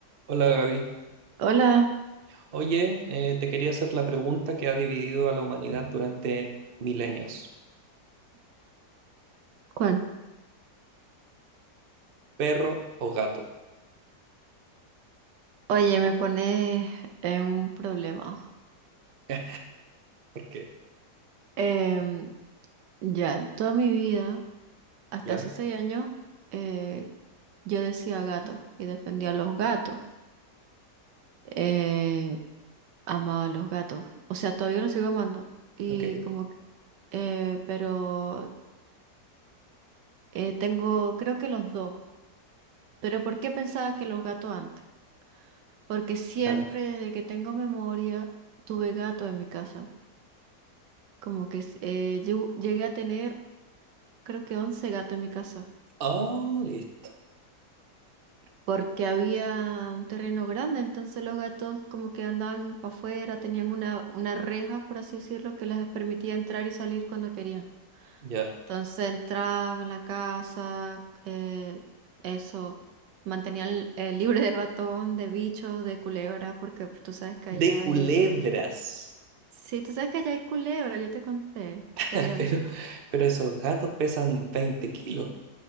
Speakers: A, on the right (about 40°); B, on the right (about 80°).
A: Hola Gaby.
B: Hola,
A: Oye, eh, te quería hacer la pregunta que ha dividido a la humanidad durante milenios.
B: ¿cuál?
A: ¿Perro o gato?
B: Oye, me pones en un problema.
A: <laughs> ¿Por qué?
B: Em, ya, toda mi vida, hasta
A: ¿Ya?
B: hace seis años, eh, yo decía gato y defendía a los gatos. Eh, amaba a los gatos. O sea, todavía los sigo amando. Y
A: Ok,
B: como que, eh, pero eh, tengo, creo que los dos. Pero ¿por qué pensaba que los gatos antes? Porque siempre
A: dale.
B: desde que tengo memoria tuve gatos en mi casa. Como que s- eh, yo llegué a tener, creo que 11 gatos en mi casa,
A: Oh, listo.
B: porque había un terreno grande, entonces los gatos como que andaban para afuera, tenían una, una reja, por así decirlo, que les permitía entrar y salir cuando querían.
A: Ya.
B: Entonces entraban a la casa, eh, eso, mantenían eh, libre de ratón, de bichos, de culebras, porque tú sabes que allá
A: De culebras.
B: hay... Sí, tú sabes que allá hay culebras, yo te conté
A: <laughs>
B: que habían...
A: Pero, pero esos gatos pesan 20 kilos.